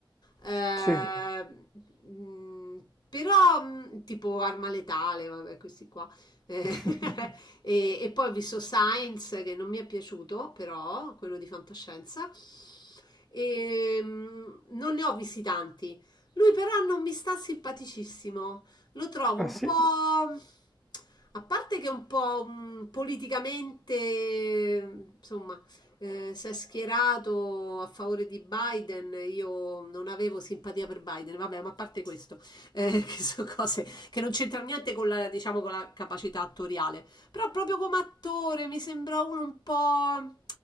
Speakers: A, on the left (about 55°); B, in the centre.
A: eh,
B: Sì.
A: mh, però, mh, tipo Arma Letale, vabbè, questi qua. Eh,
B: <laughs>
A: <laughs> e, e poi ho visto Science, che non mi è piaciuto, però, quello di fantascienza. E, mh, non ne ho visti tanti. Lui però non mi sta simpaticissimo. Lo trovo
B: Ah
A: un
B: sì?
A: po'. A parte che è un po' mh, politicamente, insomma, eh, si è schierato a favore di Biden, io non avevo simpatia per Biden, vabbè, ma a parte questo, <laughs> eh, che sono cose che non c'entrano niente con la, diciamo, con la capacità attoriale, però proprio come attore mi sembra uno un po'